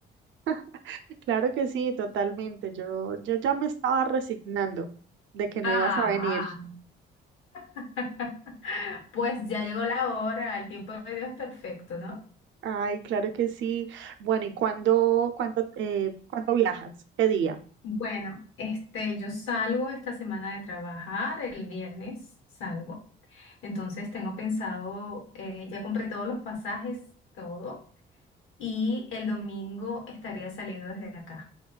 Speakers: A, on the right; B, on the left.
A: <laughs> claro que sí, totalmente. Yo, yo ya me estaba resignando de que no
B: Ah,
A: ibas a venir.
B: ah. <laughs> pues ya llegó la hora, el tiempo de Dios es perfecto, ¿no?
A: Ay, claro que sí. Bueno, ¿y cuándo, cuándo, eh, cuándo viajas? ¿Qué día?
B: Bueno, este, yo salgo esta semana de trabajar, el viernes salgo. Entonces tengo pensado, eh, ya compré todos los pasajes, todo, y el domingo estaría saliendo desde acá.